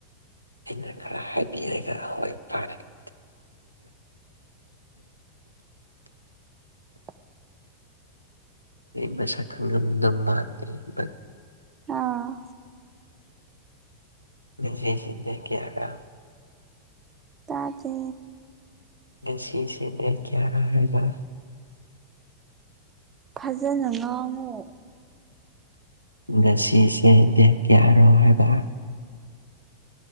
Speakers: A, on the left; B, on the right.
A: ꯑꯩꯅ ꯈꯔ ꯍꯥꯏꯕꯤꯔꯒ ꯍꯋꯥꯣꯏ ꯐꯔꯦ <inaudible>
B: <inaudible>
A: ꯃꯁꯛꯈꯪꯝꯗ ꯃꯥꯟꯗ꯭ ꯀ
B: ꯑꯥ
A: ꯖꯤ ꯖꯤ ꯗ ꯀꯌꯥꯒ
B: ꯇꯥꯗꯤ
A: ꯁꯤꯁꯤꯦ ꯂꯩ ꯀꯌꯥꯔꯕ
B: ꯐꯖꯅ ꯉꯥꯡꯉꯨ
A: ꯑꯗ ꯁꯤꯁꯦ ꯗꯦ ꯀꯌꯥꯔꯣ ꯍꯥꯏꯕ